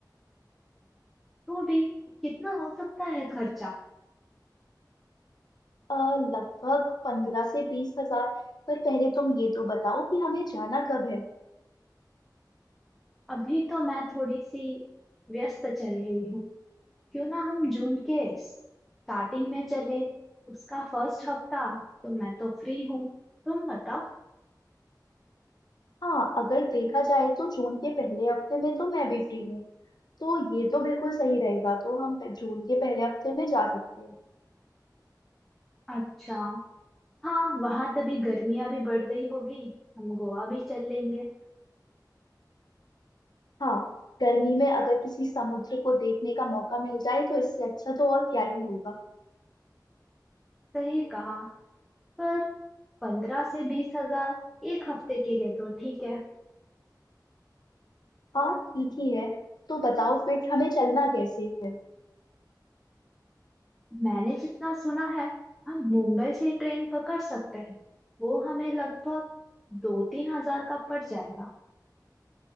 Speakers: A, in the centre; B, on the left (about 65°).
A: तो भी कितना हो सकता है खर्चा
B: अ, लगभग पंद्रह से बीस हजार पर पहले तुम ये तो बताओ कि हमें जाना कब है
A: अभी तो मैं थोड़ी सी व्यस्त चल रही हूँ क्यों ना हम जून के स्टार्टिंग में चले उसका फर्स्ट हफ्ता तो मैं तो फ्री हूँ तुम बताओ
B: हाँ अगर देखा जाए तो जून के पहले हफ्ते में तो मैं भी फ्री हूँ तो ये तो बिल्कुल सही रहेगा तो हम पे- जून के पहले हफ्ते में जा सकते हैं
A: अच्छा हाँ वहां तभी गर्मियां भी बढ़ गई होगी हम गोवा भी चल लेंगे
B: हाँ गर्मी में अगर किसी समुद्र को देखने का मौका मिल जाए तो इससे अच्छा तो और क्या ही होगा
A: सही कहा पर पंद्रह से बीस हजार एक हफ्ते के लिए तो ठीक है
B: हाँ ठीक ही है तो बताओ फिर हमें चलना कैसे है
A: मैंने जितना सुना है हम मुंबई से ट्रेन पकड़ सकते हैं वो हमें लगभग दो तीन हजार का पड़ जाएगा